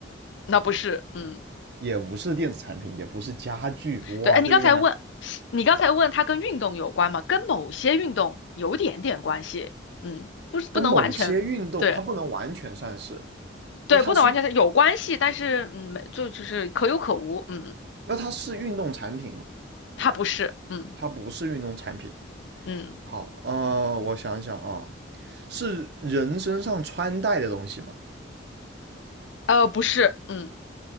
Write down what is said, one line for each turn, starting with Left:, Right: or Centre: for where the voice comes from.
Left: 那不是，嗯。
Right: 也不是电子产品，也不是家具。哇，
Left: 对，哎，
Right: 这有点难。
Left: 你刚才问，你刚才问它跟运动有关吗？跟某些运动有点点关系，嗯，不是不能完全，
Right: 跟某些运动，
Left: 对
Right: 它不能完全算是。
Left: 对，
Right: 那它是
Left: 不能完全是有关系，但是嗯，没就就是可有可无，嗯，
Right: 那它是运动产品吗？
Left: 它不是，嗯
Right: 它不是运动产品。
Left: 嗯，
Right: 好，呃，我想想啊，是人身上穿戴的东西吗？
Left: 呃，不是，嗯